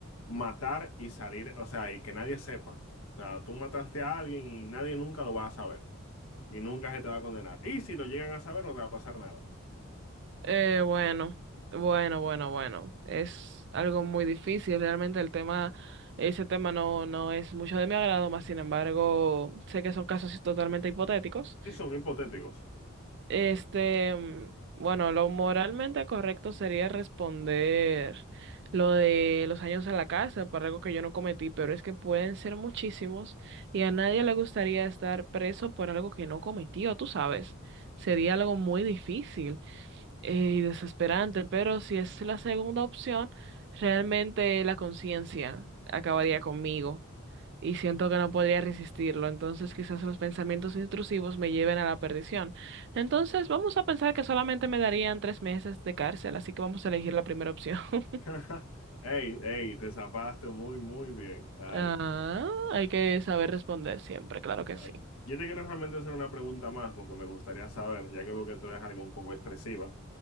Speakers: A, on the left; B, on the right.
A: matar y salir, o sea, y que nadie sepa. O sea, tú mataste a alguien y nadie nunca lo va a saber y nunca se te va a condenar. Y si lo llegan a saber, no te va a pasar nada.
B: Eh, bueno, bueno, bueno, bueno. Es algo muy difícil. Realmente el tema, ese tema no, no es mucho de mi agrado, más sin embargo, sé que son casos totalmente hipotéticos.
A: Y son hipotéticos.
B: Este, mm, bueno, lo moralmente correcto sería responder lo de los años en la cárcel por algo que yo no cometí, pero es que pueden ser muchísimos y a nadie le gustaría estar preso por algo que no cometió, tú sabes. Sería algo muy difícil eh, y desesperante, pero si es la segunda opción, realmente la conciencia acabaría conmigo y siento que no podría resistirlo, entonces quizás los pensamientos intrusivos me lleven a la perdición. Entonces vamos a pensar que solamente me darían tres meses de cárcel, así que vamos a elegir la primera opción. <laughs>
A: <laughs> Hey, hey, te zafaste muy, muy bien. Ay,
B: Ah, hay que saber responder siempre, claro que
A: ay.
B: sí.
A: Yo te quiero realmente hacer una pregunta más porque me gustaría saber, ya que veo que tú eres algo un poco expresiva.